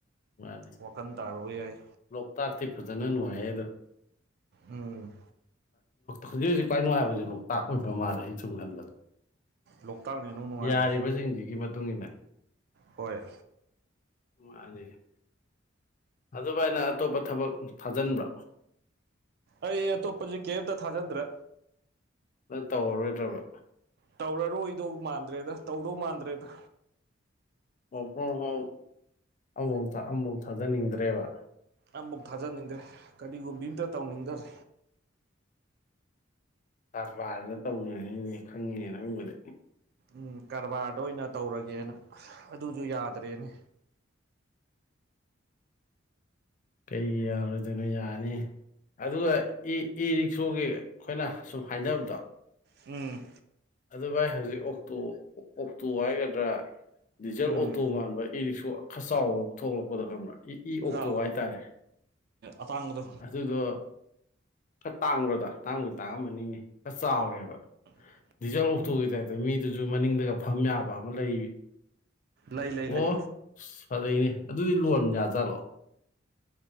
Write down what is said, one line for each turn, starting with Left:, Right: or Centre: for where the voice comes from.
Left: ꯃꯥꯅꯤ
Right: ꯋꯥꯈꯜ ꯇꯥꯔꯨꯕ ꯌꯥꯏ
Left: ꯂꯣꯛꯇꯥꯛꯇꯤ ꯐꯖꯅ ꯅꯨꯡꯉꯥꯏꯌꯦ ꯑꯗꯣ
Right: ꯎꯝ
Left: ꯍꯧꯖꯤꯛ ꯍꯧꯖꯤꯛ ꯈ꯭ꯋꯥꯏ ꯅꯨꯡꯉꯥꯏꯕꯁꯤ ꯂꯣꯛꯇꯥꯛ ꯑꯣꯏꯕ ꯃꯥꯜꯂꯦ ꯑꯩ ꯁꯨꯝ ꯈꯟꯕꯗ
Right: ꯂꯣꯛꯇꯥꯛꯅ ꯏꯅꯨꯡ ꯅꯨꯡꯉꯥꯏꯔꯦ
Left: ꯌꯥꯔꯤꯕꯁꯤꯡꯁꯤꯒꯤ ꯃꯇꯨꯡꯏꯟꯅ
Right: ꯍꯣꯏ
Left: <unintelligible> ꯑꯗꯨꯕꯥꯏꯅ ꯑꯇꯣꯞꯄ ꯊꯕꯛ ꯊꯥꯖꯟꯕ꯭ꯔꯥ
Right: ꯑꯩ ꯑꯇꯣꯞꯄꯁꯤ ꯀꯩꯃꯇ ꯊꯥꯖꯟꯗ꯭ꯔꯦ
Left: ꯅꯪ ꯇꯧꯔꯔꯣꯏꯗ꯭ꯔꯕ
Right: ꯇꯧꯔꯔꯣꯏꯗꯧ ꯃꯥꯟꯗ꯭ꯔꯦꯗ ꯇꯧꯗꯧ ꯃꯥꯟꯗ꯭ꯔꯦꯗ
Left: ꯑꯣ ꯍ ꯍ <unintelligible> ꯑꯃꯐꯧ ꯑꯃꯐꯥꯎ ꯊꯥꯖꯟꯅꯤꯡꯗ꯭ꯔꯦꯕ
Right: ꯑꯃꯕꯧ ꯊꯥꯖꯟꯅꯤꯡꯗ꯭ꯔꯦ ꯀꯕꯤꯒꯨꯝꯕꯤ ꯑꯃꯇ ꯇꯧꯅꯤꯡꯗ꯭ꯔꯦ
Left: ꯀꯔꯕꯥꯔꯅꯦ ꯇꯧꯅꯩꯅꯦ ꯈꯪꯉꯤꯅꯦ ꯅꯪꯕꯨꯗꯤ
Right: ꯎꯝ ꯀꯔꯕꯥꯔꯗ ꯑꯣꯏꯅ ꯇꯧꯔꯒꯦꯅ ꯑꯗꯨꯁꯨ ꯌꯥꯗ꯭ꯔꯦꯅꯦ
Left: ꯀꯩꯒꯤ ꯌꯥꯔꯣꯏꯗꯣꯏꯅꯣ ꯌꯥꯅꯤ ꯑꯗꯨꯒ ꯏ ꯏ ꯔꯤꯛꯁꯣꯒꯤ ꯑꯩꯈꯣꯏꯅ ꯁꯨꯝ ꯍꯥꯏꯅꯕꯗꯣ
Right: ꯎꯝ
Left: ꯑꯗꯨ ꯚꯥꯏ ꯍꯧꯖꯤꯛ ꯑꯣꯛꯇꯣ ꯑꯣꯛꯇꯣ ꯍꯥꯏꯒꯗ꯭ꯔꯥ ꯗꯤꯖꯜ
Right: ꯎꯝ
Left: ꯑꯣꯛꯇꯣ ꯃꯥꯟꯕ ꯏ ꯔꯤꯛꯁꯨ ꯈꯔ ꯆꯥꯎꯕ ꯑꯃ ꯊꯣꯛꯂꯛꯄꯗ ꯈꯟꯕ ꯏ ꯏ ꯑꯣꯛꯇꯣ
Right: ꯑꯥꯎ
Left: ꯍꯥꯏꯇꯥꯔꯦ
Right: ꯑꯇꯥꯡꯕꯗꯣ
Left: ꯑꯗꯨꯗꯣ ꯈꯔ ꯇꯥꯡꯕꯗꯣ ꯇꯥꯡꯕꯨ ꯇꯥꯡꯑꯝꯃꯅꯤꯅꯦ ꯈꯔ ꯆꯥꯎꯔꯦꯕ
Right: <inaudible>
Left: ꯗꯤꯖꯜ ꯑꯣꯇꯣꯒꯤ ꯇꯥꯏꯞꯇ ꯃꯤꯗꯨꯁꯨ ꯃꯅꯤꯡꯗꯒ ꯐꯝ ꯌꯥꯕ ꯑꯃ ꯂꯩ
Right: ꯂꯩ ꯂꯩ
Left: ꯑꯣ
Right: ꯂꯩ
Left: ꯑꯁ ꯐꯖꯩꯅꯦ ꯑꯗꯨꯗꯤ ꯂꯣꯟ ꯌꯥ ꯖꯥꯠꯂꯣ